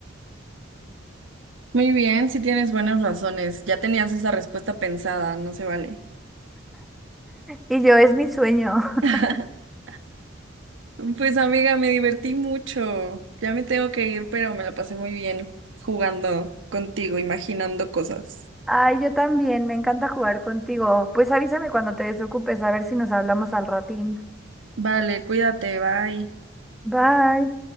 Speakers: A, on the right (about 75°); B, in the centre.
A: Muy bien, si tienes buenas razones. Ya tenías esa respuesta pensada, no se vale.
B: Y yo es mi sueño. <laughs>
A: <laughs> Pues amiga, me divertí mucho. Ya me tengo que ir, pero me la pasé muy bien jugando contigo, imaginando cosas.
B: Ay, yo también, me encanta jugar contigo. Pues avísame cuando te desocupes, a ver si nos hablamos al ratín.
A: Vale, cuídate, bye.
B: Bye.